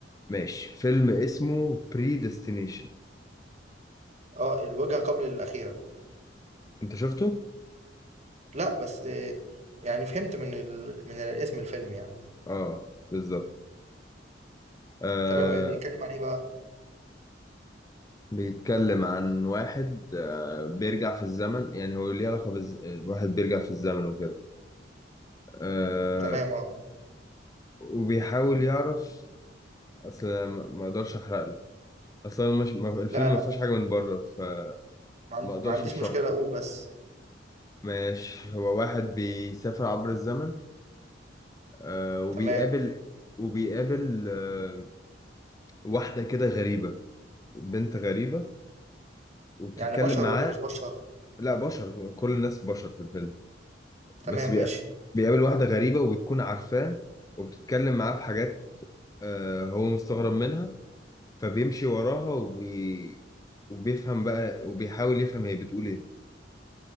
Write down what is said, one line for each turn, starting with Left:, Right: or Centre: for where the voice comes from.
Left: ماشي فيلم اسمه بري ديستنيشن
Right: أه الوجهة قبل الأخيرة
Left: انت شفته
Right: لا بس آه، يعني فهمت من ال... من اسم الفيلم يعني
Left: اه بالظبط آه
Right: تمام إيه بيتكلم عن إيه بقى
Left: بيتكلم عن واحد آه بيرجع في الزمن يعني هو ليه علاقه بالز... الواحد بيرجع في الزمن وكده آه
Right: تمام أه
Left: وبيحاول يعرف اصل ما ما اقدرش احرق لك اصل أنا مش... ما- الفيلم
Right: لا لا
Left: ما فيهوش حاجه من بره فما
Right: ما, عن...
Left: اقدرش
Right: ما عنديش
Left: اشرح
Right: مشكلة أقول بس
Left: ماشي هو واحد بيسافر عبر الزمن آه وبيقابل
Right: تمام
Left: وبيقابل آه واحدة كده غريبة بنت غريبة وبتتكلم
Right: يعني بشر
Left: معاه
Right: ولا مش بشر
Left: لا بشر كل الناس بشر في الفيلم بس
Right: تمام
Left: بي-
Right: ماشي
Left: بيقابل واحدة غريبة وبتكون عارفاه وبتتكلم معاه في حاجات آه هو مستغرب منها فبيمشي وراها وبي وبيفهم بقى وبيحاول يفهم هي بتقول ايه